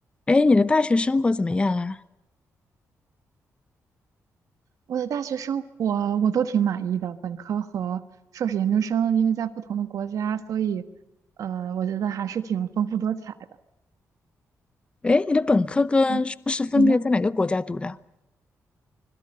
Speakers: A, on the left; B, on the right.
A: 哎，你的大学生活怎么样啊？
B: 我的大学生活我都挺满意的，本科和硕士研究生，因为在不同的国家，所以呃，我觉得还是挺丰富多彩的。
A: 哎，你的本科跟硕士分别在哪个国家读的？
B: 嗯，你呢？